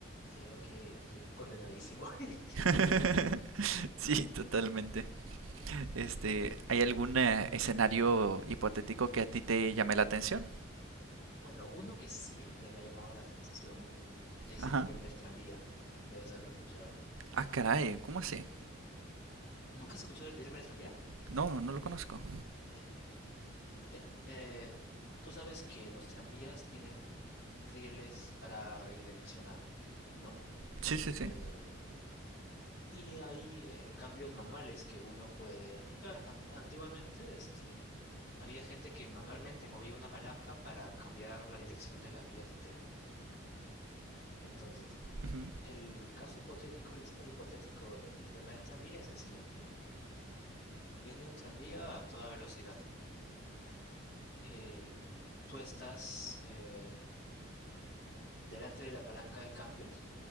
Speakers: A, on the left; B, on the right.
A: creo que estoy condenadísimo. <laughs>
B: <laughs> sí, totalmente. Este, ¿hay algún eh, escenario hipotético que a ti te llame la atención?
A: Bueno, uno que siempre me ha llamado la atención es
B: Ajá.
A: el dilema del tranvía. Debes haberlo escuchado.
B: Ah, caray, ¿cómo así?
A: ¿Nunca has escuchado el dilema del tranvía?
B: No, no lo conozco.
A: Eh, eh, eh, tú sabes que los tranvías tienen rieles para redireccionar, ¿no?
B: Sí, sí, sí.
A: Eh, Y hay eh, cambios manuales que uno puede aplicar. An- antiguamente, este, había gente que manualmente movía una palanca para cambiar la dirección de las vías del tren. Entonces,
B: Ujú.
A: el caso hipotético, el escenario hipotético del dilema del tranvía es el siguiente. Viene un tranvía a toda velocidad. Eh, tú estás eh, delante de la palanca de cambios,